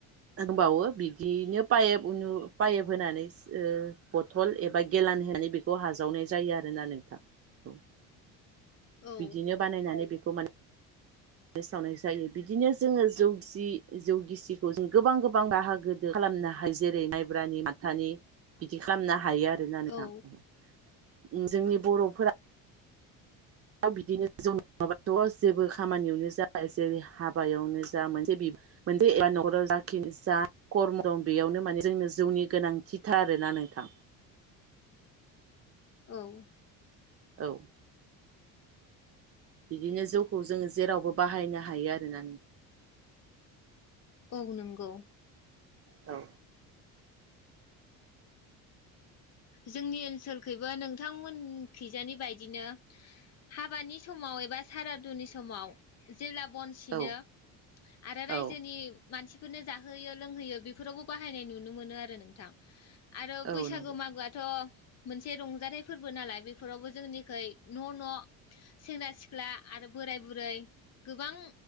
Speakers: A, on the right (about 40°); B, on the left (about 45°).
A: होनबावो बिदियनो पाइप उनु पाइप होनानै बथल एबा गेेलान होनानै बेखौ हाजावनाय जायो आरो ना नोंथां औ।
B: औ
A: बिदिनो बानायनानै बे खौ माने सावनाय जायो। बिदिनो जोङो जौ गिसि जौ गिसिखौ जों गोबां गोबां बाहागोदो खालामनो हायो। जेरै माइब्रानि माथानि बिदि खालामनो हायो। हायो आरो ना नोंथां।
B: औ
A: जोंनि बर'फोरा बिदिनो जौ नङाबाथ जेबो खामानियावनो जाया। जेरै हाबायावनो जा मोनसे मोनसेबा नखराव जाखि जा कर्म दं। बेयावनो माने जोंनो जौनि गोनांथिथार आरोना नोंथां।
B: औ
A: औ बिदिनो जौखौ जोङो जेरावबो बाहायनो हायो आरोना।
B: औ नंगौ
A: औ
B: जोंनि ओनसोलखैबो नोंथांमोनखैजानि बायदिनो हाबानि समाव एबा सारादुनि समाव जेब्ला बन सिनो
A: औ
B: आरो रायजोनि
A: औ
B: मानसिफोरनो जाहोयो लोंहोयो बेफोरावबो बाहायनाय नुनो मोनो आरो नोंथां। आरो
A: औ
B: बैसागु
A: नंगौ
B: मागोआ ओ मोनसे रंजाथाइ फोरबो नालाय बेफोरावबो जोंनिखै न न सेंग्रा सिख्ला आरो बोराय बुरै गोबां